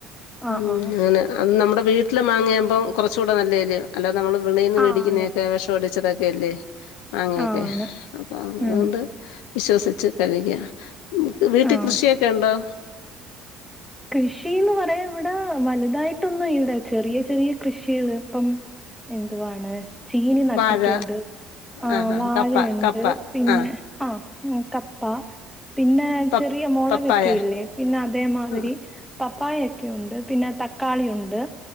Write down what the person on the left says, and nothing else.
ഉം
അങ്ങനെ അൻ നമ്മുടെ വീട്ടില് മാങ്ങിയാമ്പം കുറച്ചുടെ നല്ലേല്ലെ അല്ലാതെ നമ്മള് വെളീന്ന്
വേടിക്കുന്നൊക്കെ
വെഷടി ച്ചതൊക്കെല്ലേ മാങ്ങെക്കെ
അപ്പൊ അതോണ്ട്
വിശ്വസിച്ച് കഴിക്കാം വീട്ടി
കൃഷിയൊക്കെ ഉണ്ടോ
വാഴ
ആ ഹാ
കപ്പ കപ്പ
ആ
പ
പപ്പായ
ആ